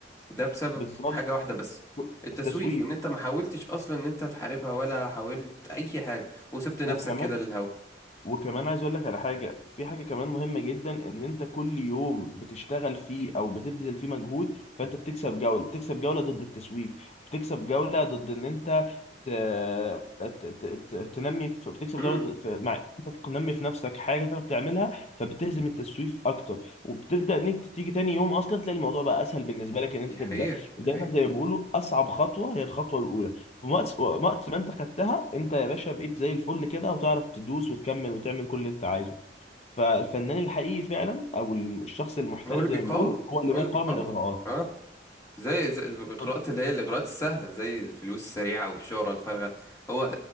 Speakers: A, on the left; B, on the left.
A: ده بسبب
B: بالظبط
A: حاجة واحدة بس التسويف
B: التسويف
A: وان انت ما حاولتش اصلا ان انت تحاربها ولا حاولت اي حاجة وسبت نفسك
B: وكمان
A: كده للهوا
B: وكمان عايز اقول لك على حاجه في حاجه كمان مهمه جدا ان انت كل يوم بتشتغل فيه او بتبذل فيه مجهود فانت بتكسب جوله بتكسب جوله ضد التسويف بتكسب جوله ضد ان انت ت... ت... ت... ت... تنمي في... بتكسب
A: امم
B: جوله في... مع انت تنمي في نفسك حاجه تعرف تعملها فبتهزم التسويف اكتر وبتبدا انك تيجي تاني يوم اصلا تلاقي الموضوع بقى اسهل بالنسبه لك ان انت
A: دي
B: تبدا
A: حقيقة دي
B: دايما
A: حقيقة
B: زي ما بيقولوا اصعب خطوه هي الخطوه الاولى في وقت وقت ما انت خدتها انت يا باشا بقيت زي الفل كده وتعرف تدوس وتكمل وتعمل كل اللي انت عايزه فالفنان الحقيقي فعلا او الشخص المحترف
A: هو اللي
B: زي
A: بيقاوم
B: ما بيقولوا هو اللي ما
A: هو اللي
B: يقاوم
A: بيقاوم
B: الاغراءات
A: اه زي, زي الاغراءات
B: طب-
A: اللي هي الاغراءات السهلة زي الفلوس السريعة والشهرة الفارغة هو